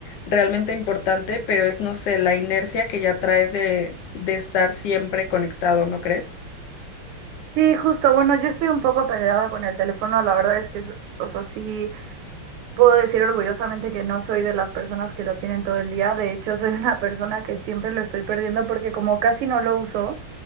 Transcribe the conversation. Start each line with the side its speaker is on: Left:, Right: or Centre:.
Left: realmente importante, pero es, no sé, la inercia que ya traes de, de estar siempre conectado, ¿no crees?
Right: Sí, justo, bueno, yo estoy un poco peleada con el teléfono, la verdad es que, es- o sea, sí. Puedo decir orgullosamente que no soy de las personas que lo tienen todo el día. De hecho, soy <laughs> una persona que siempre lo estoy perdiendo porque como casi no lo uso,